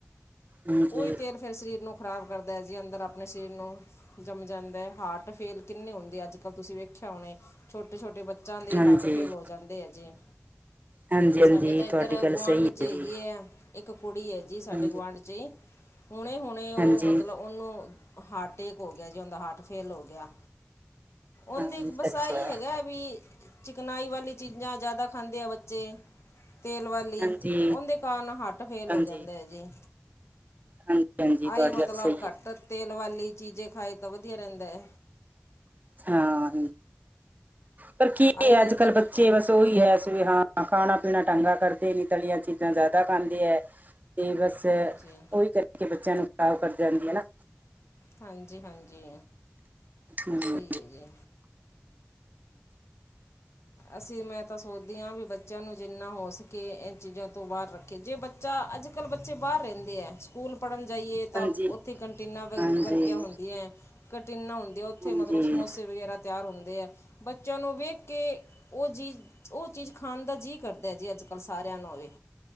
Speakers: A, on the right; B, on the left.
A: ਹਾਂਜੀ
B: ਉਹੀ ਤੇਲ ਫਿਰ ਸਰੀਰ ਨੂੰ ਖ਼ਰਾਬ ਕਰਦਾ ਜੀ ਅੰਦਰ ਆਪਣੇ ਸ਼ਰੀਰ ਨੂੰ ਜੰਮ ਜਾਂਦਾ ਹਾਰਟ ਫੇਲ ਕਿੰਨੇ ਹੁੰਦੇ ਅੱਜ ਕੱਲ੍ਹ ਤੁਸੀਂ ਵੇਖਿਆ ਹੁਣੇ ਛੋਟੇ ਛੋਟੇ ਬੱਚੇ ਬੱਚਿਂਆਂ ਦੇ
A: ਹਾਂਜੀ
B: ਹਾਰਟ ਫੇਲ ਹੋ ਜਾਂਦੇ ਆ ਜੇ।
A: ਹਾਂਜੀ ਹਾਂਜੀ
B: ਸਾਡੇ ਤਾਂ ਇੱਧਰ
A: ਤੁਹਾਡੀ ਗੱਲ
B: ਗੁਆਂਢ
A: ਸਹੀ
B: 'ਚ' ਹੇਗੀ
A: ਹੈ ਜੀ
B: ਐ ਇੱਕ ਕੁੜੀ ਏ ਜੀ ਸਾਡੇ
A: ਹਾਂਜੀ
B: ਗੁਆਂਢ 'ਚ' ਈ। ਹੁਣੇ ਹੁਣੇ ਉਹ
A: ਹਾਂਜੀ
B: ਮਤਲਬ ਓਂਨੂੰ ਹਾਟੇਕ ਹੋ ਗਿਆ ਜੇ ਓਂਦਾ ਹਾਟ ਫੇਲ ਹੋ ਗਿਆ। ਓਂਦੇ
A: ਹਾਂ
B: ਬਸ
A: ਅੱਛਾ
B: ਆਈ ਹੇਗੈ ਵੀ ਚਿਕਨਾਈ ਵਾਲੀ ਚੀਜ਼ਾਂ ਜ਼ਿਆਦਾ ਖਾਂਦੇ ਆ ਬੱਚੇ, ਤੇਲ ਵਾਲ
A: ਹਾਂਜੀ
B: ਓਂਦੇ ਕਾਰਨ ਹਾੱਟ ਫੇਲ ਹੋ
A: ਹਾਂਜੀ
B: ਜਾਂਦੈ ਜੀ।
A: ਹਾਂਜੀ ਹਾਂਜੀ ਤੁਹਾਡੀ
B: ਆਈ ਮਤਲਬ
A: ਗੱਲ ਸਹੀ ਹੈ
B: ਘੱਟ
A: ਜੀ
B: ਤੇਲ ਵਾਲੀ ਚੀਜ਼ਾਂ ਖਾਏ ਤਾਂ ਵਧੀਆ ਰਹਿੰਦੈ।
A: ਹਾਂ, ਪਰ ਕੀ
B: ਆਈ
A: ਐ
B: ਦੁੱਧ
A: ਅੱਜ ਕੱਲ
B: ਘਿ-
A: ਬੱਚੇ ਬਸ ਤੇ ਓਈ ਐ ਫੇ ਹਾਂ ਖਾਣਾ ਪੀਣਾ ਢੰਗ ਦਾ ਕਰਦੇ ਨੀ ਤਲੀ਼ਆਂ ਚੀਜ਼ਾਂ ਜ਼ਿਆਦਾ ਖਾਂਦੇ ਐ। ਅਤੇ ਬਸ
B: ਹਾਂਜੀ
A: ਉਹੀ ਕਰਕੇ ਬੱਚਿਆਂ ਨੂੰ ਖਰਾਬ ਕਰਦੀ ਜਾਂਦੀ ਐ ਨਾ।
B: ਹਾਂਜੀ-ਹਾਂਜੀ,
A: ਹਮ,
B: ਸਹੀ ਹੈ ਜੀ। ਅਸੀਂ ਮੈਂ ਤਾਂ ਸੋਚਦੀ ਆਂ ਵੀ ਬੱਚਿਆਂ ਨੂੰ ਜਿੰਨਾ ਹੋ ਸਕੇ ਇਹ ਚੀਜ਼ਾਂ ਤੋਂ ਬਾਹਰ ਰੱਖੇ। ਜੇ ਬ ਚ ਅੱਜ ਕੱਲ ਬੱਚੇ ਬਾਹਰ ਰਹਿੰਦੇ ਐ। ਸਕੂਲ ਪੜ੍ਹਨ ਜਾਈਏ ਤਾਂ
A: ਹਾਂਜੀ
B: ਉੱਥੇ ਕੰਟੀਨਾਂ ਵਰ
A: ਹਾਂਜੀ
B: ਵਰਗੀਆਂ ਹੁੰਦੀਐਂ ਕੰਟੀਨਾ ਹੁੰ ਦੇ ਉੱਥੇ
A: ਹਾਂਜੀ
B: ਮਤਲਬ ਸਮੋਸੇ ਵਗੈਰਾ ਤਿਆਰ ਹੁੰਦੇ ਐ ਬੱਚਿਆਂ ਨੂੰ ਵੇਖ ਕੇ ਓ ਜੀ ਓ ਚੀਜ਼ ਖਾਣ ਦਾ ਜੀਅ ਕਰਦੈ ਜੀ ਅੱਜ ਕੱਲ੍ਹ ਸਾਰਿਆਂ ਨੂੰ ਵੇ